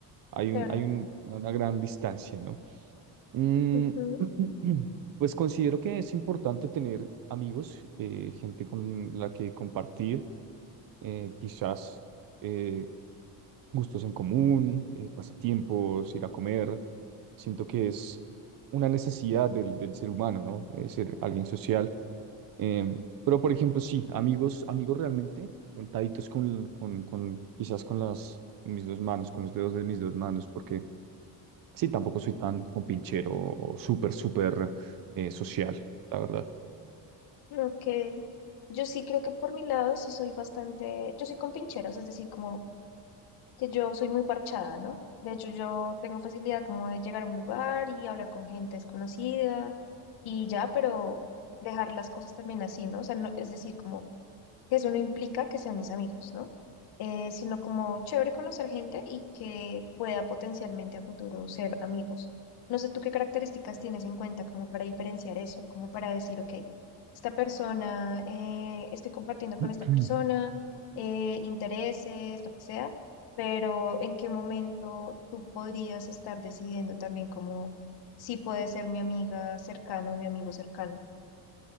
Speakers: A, on the right; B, on the left.
A: hay
B: Claro.
A: un, hay un- una gran distancia, ¿no? Mm,
B: Ujú,
A: <clears throat> pues considero que es importante tener amigos, eh, gente con la que compartir, eh, quizás eh, gustos en común, eh, pasatiempos, ir a comer, siento que es... una necesidad del, del ser humano, ¿no? Es ser alguien social Em, pero, por ejemplo, sí, amigos, amigos realmente, contaditos con, con, con quizás con las, mis dos manos, con los dedos de mis dos manos, porque sí, tampoco soy tan compinchero o súper, súper eh, social, la verdad.
B: Ok. Yo sí creo que por mi lado sí soy bastante, yo soy con pincheras, es decir, como que yo soy muy parchada, ¿no? De hecho, yo tengo facilidad como de llegar a un lugar y hablar con gente desconocida y ya, pero dejar las cosas también así, ¿no? O sea, no- es decir, como que eso no implica que sean mis amigos, ¿no? Eh, sino como chévere conocer gente y que pueda potencialmente a futuro ser amigos. No sé tú qué características tienes en cuenta como para diferenciar eso, como para decir, ok, esta persona, eh, estoy compartiendo con
A: <clears throat>
B: esta persona, eh, intereses, lo que sea, pero en qué momento tú podrías estar decidiendo también como si puede ser mi amiga cercana o mi amigo cercano.